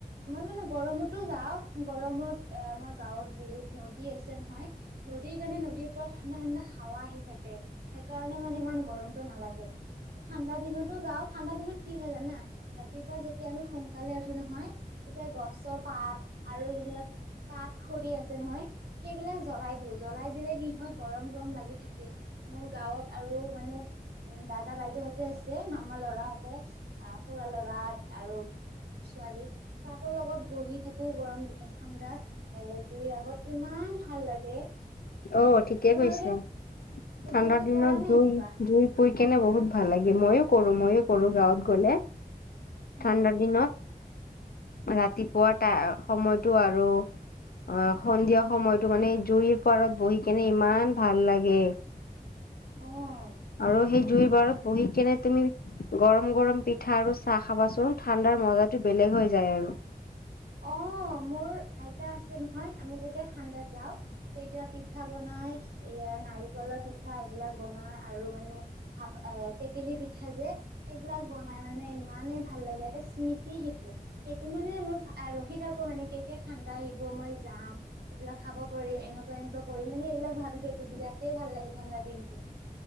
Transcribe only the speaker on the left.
অ', ঠিকে
কৈছা,
ঠাণ্ডাৰ দিনত
জুই
জুই শুই কেনে বহুত ভাল লাগে ময়ো কৰোঁ ময়ো কৰোঁ, গাঁৱত গ'লে,
ঠাণ্ডাৰ দিনত ৰাতিপুৱা টা সময়টো আৰু অ', সন্ধিয়া সময়টো মানে জুইৰ পাৰত বহি কেনে ইমান ভাল লাগে।
আৰু সেই জুইৰ বাৰত বহি কেনে তুমি গৰম গৰম পিঠা আৰু চাহ খাবাচোন ঠাণ্ডাৰ মজাটো বেলেগ হৈ যায় আৰু।